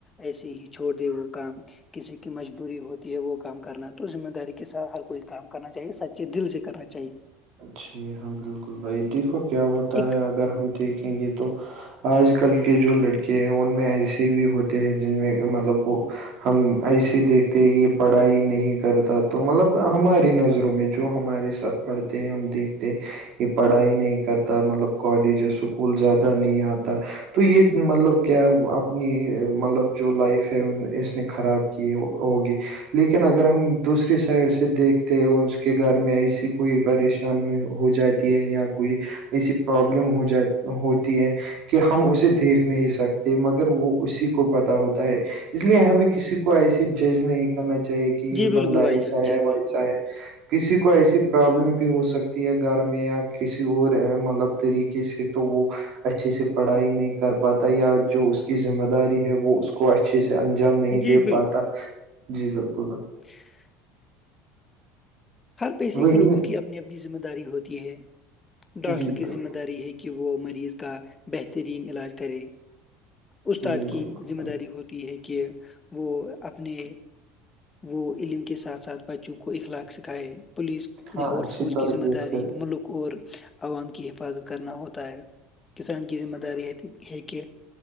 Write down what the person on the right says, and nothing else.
جی ہاں بالکل بھائی دیکھو کیا ہوتا
ہے اگر ہم دیکھیں گے تو آج کل کے جو لڑکے ہیں ان میں ایسے بھی ہوتے ہیں جن میں مطلب وہ ہم ایسے دیکھتے یہ پڑھائی نہیں کرتا تو مطلب ہماری نظروں میں جو ہمارے ساتھ پڑھتے ہیں ہم دیکھتے یہ پڑھائی نہیں کرتا مطلب کالج اسکول زیادہ نہیں آتا تو یہ مطلب کیا اپنی مطلب جو لائف ہے اس نے خراب ہوگی لیکن اگر ہم دوسری سائڈ سے دیکھتے اس کے گھر میں ایسی کوئی پریشان ہو جاتی ہے یا کوئی ایسی پرابلم ہو جات ہوتی ہے کہ ہم اسے دیکھ نہیں سکتے مگر وہ اسی کو پتا ہوتا ہے اس لیے ہمیں کسی کو ایسیے جج نہیں کرنا چاہیے کہ
یہ
بندہ
ایسا
ہے
ایسا ہے کسی کو ایسی پرابلم بھی ہو سکتی ہے گھر میں یا کسی اور مطلب طریقے سے تو وہ اچھے سے پڑھائی نہیں کر پاتا یا جو اس کی ذمہ داری ہے وہ اس کو اچھے سے جام نہیں
دے
پاتا جی بالکل ب
وہی
جی
بالکل
جی
بالکل
بھائی
ہاں
اچھی
تربیت
کرے